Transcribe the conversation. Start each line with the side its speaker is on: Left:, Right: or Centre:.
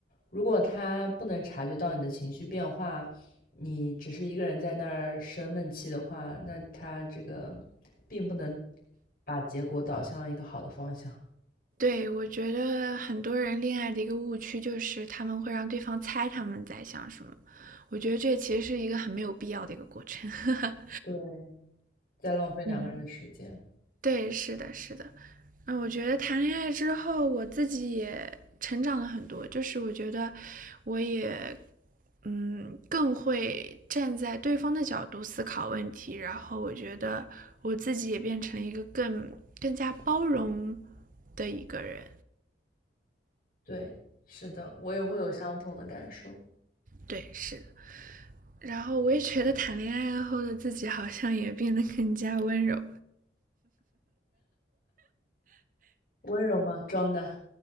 Left: 如果他不能察觉到你的情绪变化，你只是一个人在那儿生闷气的话，那他这个并不能把结果导向一个好的方向。
Right: 对，我觉得很多人恋爱的一个误区就是他们会让对方猜他们在想什么，我觉得这其实是一个很没有必要的一个过程。<laughs>
Left: 对，在浪费两个人的时间。
Right: 嗯对，是的，是的，嗯，我觉得谈恋爱之后，我自己也成长了很多，就是我觉得我也，嗯，更会站在对方的角度思考问题，然后我觉得我自己也变成了一个更更加包容的一个人。
Left: 对，是的，我也会有相同的感受。
Right: 对，是的。然后我也觉得谈恋爱后的自己好像也变得更加温柔。
Left: 温柔吗？装的。